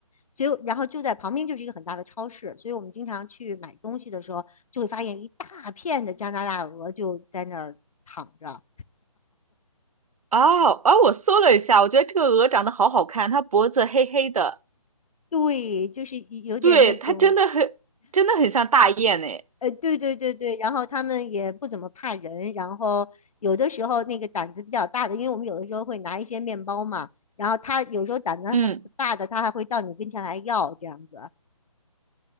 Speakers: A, on the left; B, on the right.
A: 就然后就在旁边就是一个很大的超市，所以我们经常去买东西的时候，就会发现一大片的加拿大鹅就在那儿躺着。
B: 哦啊，我搜了一下，我觉得这个鹅长得好好看，它脖子黑黑的，
A: 对，就是有有点那种
B: 对，它真的很真的很像大雁诶。
A: 呃，对对对对，然后他们也不怎么怕人，然后有的时候那个胆子比较大的，因为我们有的时候会拿一些面包嘛，然后他有时候胆子还大的，
B: 嗯
A: 他还会到你跟前来要这样子。